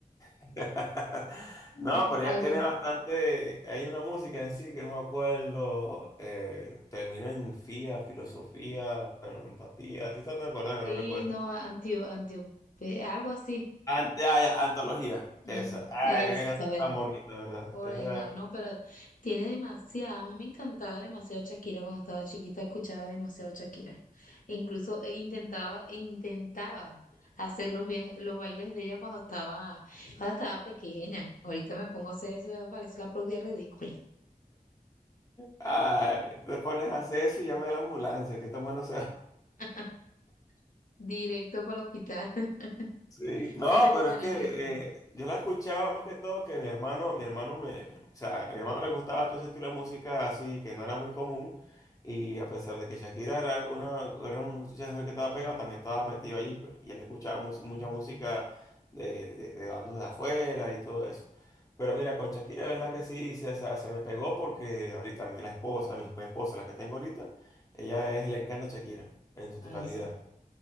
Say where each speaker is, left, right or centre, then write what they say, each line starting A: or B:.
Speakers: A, on the left; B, on the left.
A: <laughs>
B: Mm.
A: No, pero
B: Algo.
A: ella tiene bastante... Hay una música en sí que no me acuerdo. eh, termina en fía, filosofía, en empatía. A ti también me acuerdas, pero
B: Sí,
A: no recuerdo.
B: no, antio, antio, eh, algo así.
A: Ante, ah, ya, antología,
B: Mm,
A: esa. Ay,
B: Es,
A: qué canción
B: a ver,
A: tan bonita, ¿verdad?
B: Por
A: Es
B: ahí
A: verdad.
B: va, ¿no? Pero tiene demasiada, a mí me encantaba demasiado Shakira cuando estaba chiquita, escuchaba demasiado Shakira. E incluso eh, intentaba, intentaba hacer los, via- los bailes de ella cuando estaba, cuando estaba pequeña. Ahorita me pongo a hacer eso y me parece la propia ridícula.
A: Ay, te pones a hacer eso y llame a la ambulancia, que tan bueno se
B: <laughs> Directo para el hospital. <laughs>
A: Sí, no,
B: Pero
A: pero
B: bueno,
A: es que
B: no, no, no.
A: eh, yo la escuchaba más que todo que mi hermano, mi hermano me, o sea, a mi hermano le gustaba todo ese estilo de música así que no era muy común y a pesar de que Shakira era una, era una muchacha que estaba pegada, también estaba metido allí, pues, y él escuchaba mus- mucha música de, de, de bandos de afuera y todo eso. Pero mira, con Shakira, la verdad que sí, se, o sea, se me pegó porque ahorita mi, la esposa, mi, mi esposa, la que tengo ahorita, ella es, le encanta Shakira en su
B: Ay,
A: totalidad.
B: sí.